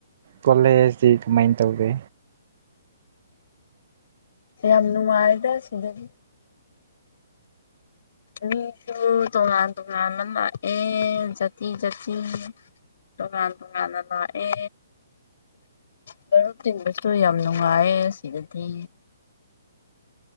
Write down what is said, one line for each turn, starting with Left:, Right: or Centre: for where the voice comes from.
Right: ꯀꯣꯂꯦꯖꯗꯤ ꯀꯃꯥꯏꯟ ꯇꯧꯒꯦ꯫
Left: ꯌꯥꯝ ꯅꯨꯡꯉꯥꯏꯗ ꯁꯤꯗꯗꯤ ꯃꯤꯁꯨ ꯇꯣꯉꯥꯟ ꯇꯣꯉꯥꯟꯕ ꯂꯥꯛꯑꯦ ꯖꯥꯇꯤ ꯖꯥꯇꯤ ꯇꯣꯉꯥꯟ ꯇꯣꯉꯥꯟꯅ ꯂꯥꯛꯑꯦ꯫ ꯃꯔꯨꯞ ꯇꯤꯟꯕꯁꯨ ꯌꯥꯝ ꯅꯨꯡꯉꯥꯏꯌꯦ ꯁꯤꯗꯗꯤ꯫